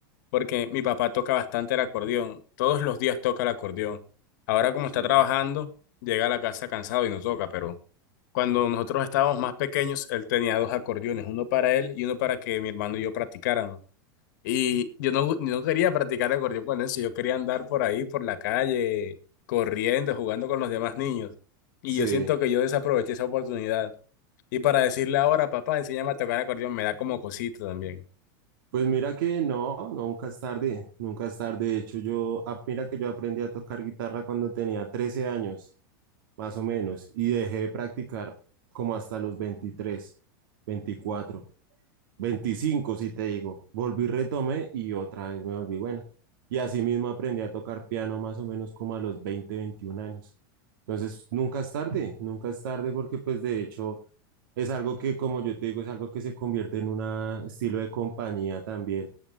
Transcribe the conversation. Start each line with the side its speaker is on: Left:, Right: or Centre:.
Left: porque mi papá toca bastante el acordeón, todos los días toca el acordeón. Ahora como
Right: Sí.
Left: está trabajando, llega a la casa cansado y no toca, pero cuando nosotros estábamos más pequeños, él tenía dos acordeones, uno para él y uno para que mi hermano y yo practicáramos. Y yo no, no quería practicar el acordeón con eso, yo quería andar por ahí, por la calle, corriendo, jugando con los demás niños. Y
Right: Sí.
Left: yo siento que yo desaproveché esa oportunidad. Y para decirle ahora, papá, enséñame a tocar acordeón, me da como cosita también.
Right: Pues mira que no, nunca es tarde, nunca es tarde. De hecho, yo, ah, mira que yo aprendí a tocar guitarra cuando tenía 13 años, más o menos, y dejé de practicar como hasta los 23 24 25 si te digo. Volví, retomé y otra vez me volví bueno. Y así mismo aprendí a tocar piano más o menos como a los 20 21 años. Entonces, nunca es tarde, nunca es tarde porque pues de hecho es algo que, como yo te digo, es algo que se convierte en un estilo de compañía también.